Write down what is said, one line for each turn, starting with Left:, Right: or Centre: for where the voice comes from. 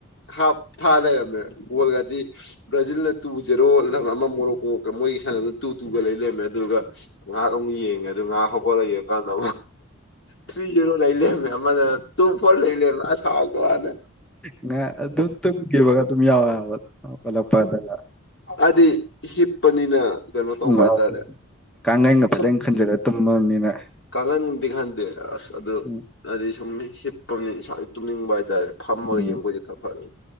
Left: ꯍꯥꯞ ꯊꯥ ꯂꯩꯔꯝꯃꯦ ꯕꯣꯜꯒꯗꯤ ꯕ꯭ꯔꯖꯤꯜꯅ ꯇꯨ ꯖꯦꯔꯣ ꯂꯝ ꯑꯃ ꯃꯣꯔꯣꯀꯣꯒ ꯃꯣꯏꯒꯤ ꯁꯥꯟꯅꯅ ꯇꯨ ꯇꯨꯒ ꯂꯩ ꯂꯩꯔꯝꯃꯦ ꯑꯗꯨꯗꯨꯒ ꯉꯍꯥꯛ ꯌꯦꯡꯉꯦ ꯉꯥꯛ ꯍꯧꯒꯠꯂꯛꯒ ꯌꯦꯡꯀꯥꯟꯗ ꯊ꯭ꯔꯤ ꯖꯦꯔꯣ ꯂꯩ ꯂꯩꯔꯝꯃꯦ ꯑꯃꯅꯦ ꯇꯨ ꯐꯣꯔ ꯂꯩ ꯂꯩꯔꯝꯃꯦ ꯑꯁ ꯍꯥꯎꯇꯕꯅꯤꯗ
Centre: ꯉꯥꯛ ꯑꯗꯨꯛ ꯇꯨꯝꯈꯤꯕꯒ ꯑꯗꯨꯝ ꯌꯥꯎꯋꯦ ꯍꯥꯢꯕ ꯍꯧꯒꯠꯂꯛꯄꯗꯀ
Left: ꯑꯗꯤ ꯍꯤꯞꯄꯅꯤꯅ ꯀꯩꯅꯣ ꯇꯧꯕ
Centre: ꯎꯝ
Left: ꯍꯥꯏꯇꯥꯔꯦ
Centre: ꯀꯥꯡꯒꯟꯒ ꯐꯖꯅ
Left: ꯁꯨꯝ
Centre: ꯈꯟꯖꯤꯜꯂ ꯇꯨꯝꯃꯕꯅꯤꯅ
Left: ꯀꯥꯡꯈꯟꯗꯤ ꯈꯟꯗꯦ ꯑꯁ ꯑꯗꯨ
Centre: ꯎꯝ
Left: ꯍꯥꯏꯗꯤ ꯁꯨꯝ ꯍꯤꯞꯄꯒꯤ ꯏꯁꯥꯁꯤ ꯇꯨꯝꯅꯤꯡꯕ ꯍꯥꯏꯇꯥꯔꯦ ꯐꯝꯃꯒ
Centre: ꯎꯝ
Left: ꯌꯦꯡꯕ ꯑꯣꯢꯗꯤ ꯈꯥ ꯐꯗꯧꯕ